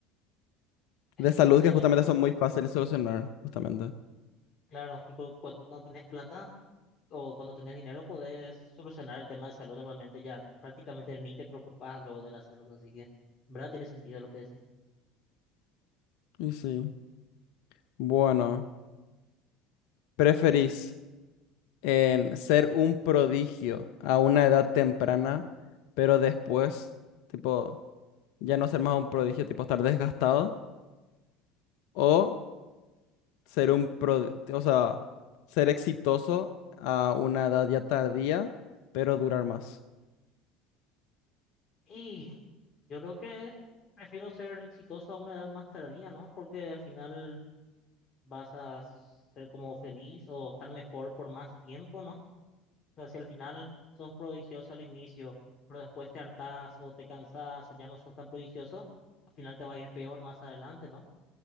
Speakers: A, on the left; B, on the left.
A: Es,
B: de
A: es
B: salud
A: cierto
B: que
A: también
B: justamente
A: que cuando...
B: son muy fáciles de solucionar, justamente.
A: Claro, que cu- cuando, cuando tenés plata o cuando tenés dinero podés solucionar el tema de salud normalmente ya prácticamente ni te preocupás luego de la salud, así que, ¿verdad? Tiene sentido lo que decís.
B: Y sí, bueno, ¿preferís? en ser un prodigio a una edad temprana, pero después, tipo, ya no ser más un prodigio, tipo estar desgastado, o ser un pro, o sea, ser exitoso a una edad ya tardía, pero durar más.
A: Y yo creo que prefiero ser exitoso a una edad más tardía, ¿no? Porque al final vas a ser como feliz o estar mejor por más tiempo, ¿no? O sea, si al final sos prodigioso al inicio, pero después te hartás o te cansás o ya no sos tan prodigioso, al final te va a ir peor más adelante, ¿no?